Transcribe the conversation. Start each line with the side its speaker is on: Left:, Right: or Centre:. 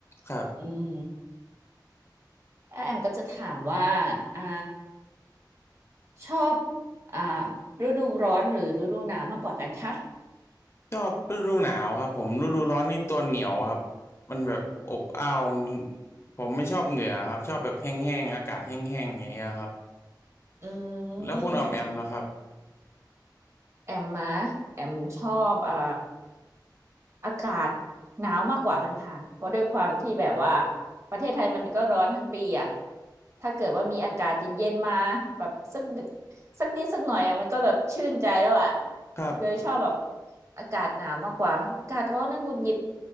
Left: ครับ
Right: อืม แล้วแอมก็จะถามว่าอ่าชอบอ่าฤดูร้อนหรือฤดูหนาวมากกว่ากันคะ
Left: ชอบฤดูหนาวครับผมฤดูร้อนนี่ตัวเหนียวครับมันแบบอบอ้าวมันผมไม่ชอบเหงื่อครับชอบแบบแห้งๆอากาศแห้งๆอย่างเงี้ยครับ
Right: อืม
Left: แล้วคุณออมแอมล่ะครับ
Right: แอมนะแอมชอบเอ่ออากาศหนาวมากกว่ากันค่ะเพราะด้วยความที่แบบว่าประเทศไทยมันก็ร้อนทั้งปีอ่ะถ้าเกิดว่ามีอากาศเย็นๆมาแบบสักนสักนิดสักหน่อยอ่ะมันก็แบบชื่นใจแล้วอะ
Left: ครับ
Right: เลยชอบแบบอากาศหนาวมากกว่าอากาศร้อนนั่งหงุดหงิด